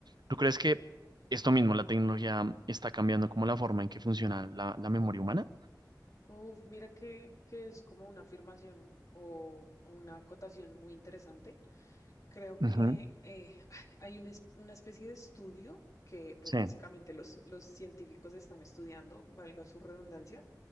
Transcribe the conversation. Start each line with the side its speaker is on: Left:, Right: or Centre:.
Right: ¿Tú crees que esto mismo, la tecnología, está cambiando como la forma en que funciona la, la memoria humana?
Left: Uf, mira que, que es como una afirmación o una acotación muy interesante. Creo
Right: Ujú,
Left: que eh, <laughs> ay, hay una, es- una especie de estudio que pues
Right: Sí,
Left: básicamente los, los científicos están estudiando, valga su redundancia,